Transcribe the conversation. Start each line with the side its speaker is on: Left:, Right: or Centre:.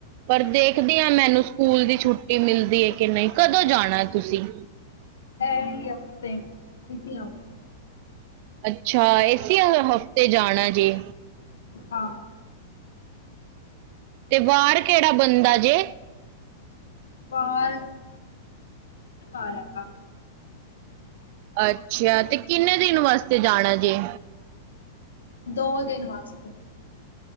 Right: ਪਰ ਦੇਖਦੇ ਆ ਮੈਨੂੰ ਸਕੂਲ ਦੀ ਛੁੱਟੀ ਮਿਲਦੀ ਐ ਕਿ ਨਈ, ਕਦੋਂ ਜਾਣਾ ਤੁਸੀਂ?
Left: ਐਹੀ ਹਫ਼ਤੇ ਇਸੀ ਹਫ਼
Right: ਅੱਛਾ ਏਸੀ ਅ ਹਫ਼ਤੇ ਜਾਣਾ ਜੇ?
Left: ਹਾਂ।
Right: ਤੇ ਬਾਰ ਕੇੜਾ ਬੰਦਾ ਜੇ?
Left: ਬਾਰ ਘਰ ਐਗਾ।
Right: ਅੱਛਾ ਤੇ ਕਿੰਨੇ ਦਿਨ ਵਾਸਤੇ ਜਾਣਾ ਜੇ?
Left: ਦੋ ਦਿਨ ਵਾਸਤੇ।